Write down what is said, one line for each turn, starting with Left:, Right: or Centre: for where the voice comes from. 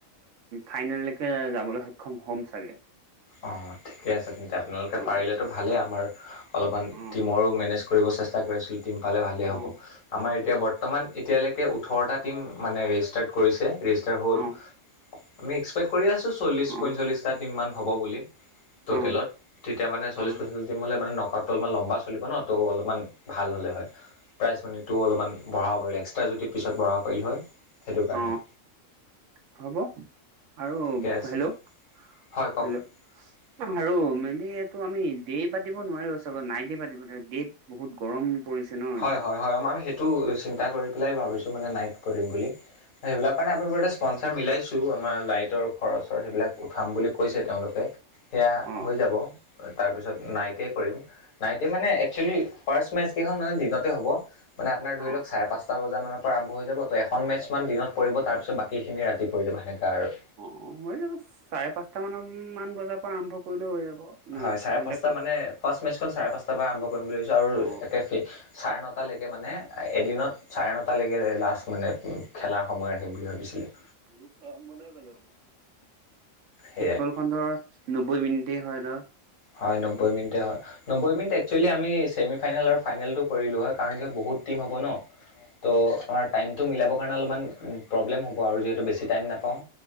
Right: ফাইনেলকে যাবলৈ সক্ষম হ'ম চাগে।
Left: অহ, ঠিকে আছে তেন্তে আপোনালোকে
Right: অঁ
Left: পাৰিলেতো ভালেই আমাৰ অলপমান
Right: অঁ
Left: টিমৰো মেনেজ কৰিব চেষ্টা কৰিছিলোঁ টিম পালে ভালেই হ'ব।
Right: অঁ
Left: আমাৰ এতিয়া বৰ্তমান এতিয়ালৈকে ওঠৰটা টিম মানে ৰেজিষ্টাৰ্ড কৰিছে। ৰেজিষ্টাৰ হ'ল
Right: অঁ
Left: আমি এক্সপেক্ট কৰি আছোঁ, চল্লিছ
Right: অঁ
Left: পঞ্চল্লিছটা টিমমান হ'ব বুলি টোতেলত।
Right: অঁ
Left: তেতিয়া মানে চল্লিশ
Right: অঁ
Left: পঞ্চল্লিছটা টিম হ'লে মানে নকআউটটো অলপ লম্বা চলিব ন'। ত' অলপমান ভাল হ'লে হয়। প্ৰাইজ মানিটো অলপমান বঢ়াব পাৰিলো হয়। এক্সট্ৰা যদি পিছত বঢ়াব পাৰিলি হয় সেইটো কাৰণে।
Right: অঁ হ'ব আৰু
Left: ঠিকে আছে
Right: হেল্ল',
Left: হয়
Right: হেল্ল'।
Left: <unintelligible>
Right: আৰু মানে এইটো আমি ডে পাতিব নোৱাৰো চবত, নাইটে পাতিব ডেত বহুত গৰম। পৰিছে ন'
Left: হয়
Right: এতিয়া।
Left: হয় হয় মই আমি সেইটো চিন্তা কৰি পেলাই ভাবিছোঁ মানে নাইট কৰিম বুলি। সেইবিলাক কাৰণে আপুনা স্পনচাৰ মিলাইছোঁ আমাৰ লাইটৰ খৰচৰ সেইবিলাক উঠাম বুলি কৈছে তেওঁলোকে। সেয়া
Right: অঁ
Left: হৈ যাব। তাৰপিছত নাইটে কৰিম, নাইটে মানে এক্সচোয়েলি ফাৰ্ষ্ট মেচ কেইখন তাতে দিনতে হ'ব মানে আপোন ধৰি
Right: অঁ
Left: লওঁক চা পাঁচটা বজাৰমানৰ পৰা আৰম্ভ হৈ যাব ত' এখন মেটচমান দিনত পৰিব, তাৰপিছত বাকীখিনি ৰাতি পৰি যাব সেনেকুৱা আৰু।
Right: অহ, হৈ যাব। চাৰে পাঁচটামানান বজাৰ পৰা আৰম্ভ কৰিলেও হৈ যাব।
Left: হয়
Right: আচলতে
Left: চাৰে পাঁচটা
Right: ফুট
Left: মানে, ফাৰ্ষ্ট মেচখন চাৰে পাঁচটাৰ পৰা আৰম্ভ কৰিম বুলি ভাবিছোঁ আৰু
Right: অ
Left: একেফে চাৰে নটালৈকে মানে এদিনত চাৰে নটালৈকে লাষ্ট মানে খেলাৰ সময় ৰাখিম বুলি ভাবিছিলে।
Right: মোৰ কাম মানেই বেলেগ।
Left: সেয়াই
Right: ফুটবলখন ধৰা নব্বৈ মিনিট হয় ধৰা।
Left: হয়, নব্বৈ মিনিটে হয়। নব্বৈ মিনিট একচুৱেলি আমি চেমি ফাইনেল আৰু ফাইনেলটো কৰিলো হয় কাৰণ কিয় বহুত টম হ'ব ন'। ত' আমাৰ টাইমটো মিলাবৰ কাৰণে অলপমান প্ৰব্লেম হ'ব আৰু যিহেতু বেছি টাইম নাপাওঁ